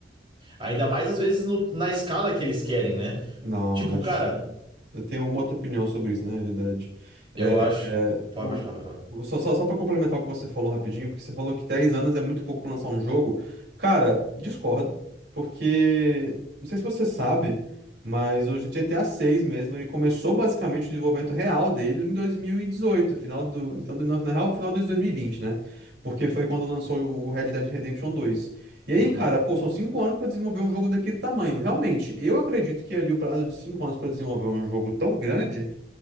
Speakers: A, on the right; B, on the right.
A: Ainda mais às vezes no- na escala que eles querem, né?
B: Não,
A: Tipo,
B: não.
A: cara,
B: Eu tenho uma outra opinião sobre isso, na realidade.
A: eu acho.
B: É,
A: Pode,
B: o,
A: pode falar, pode falar.
B: o- só só, só para complementar o que você falou rapidinho, porque você falou que 10 anos é muito pouco para lançar um jogo. Cara, discordo, porque não sei se você sabe, mas o GTA 6 mesmo, ele começou basicamente o desenvolvimento real dele em 2018, final do, no final do, na real, final de 2020, né? Porque foi quando lançou o Red Dead Redemption dois. E aí,
A: Uhum.
B: cara, pô, são cinco anos pra desenvolver um jogo daquele tamanho. Realmente, eu acredito que ali o prazo de cinco anos pra desenvolver um jogo tão grande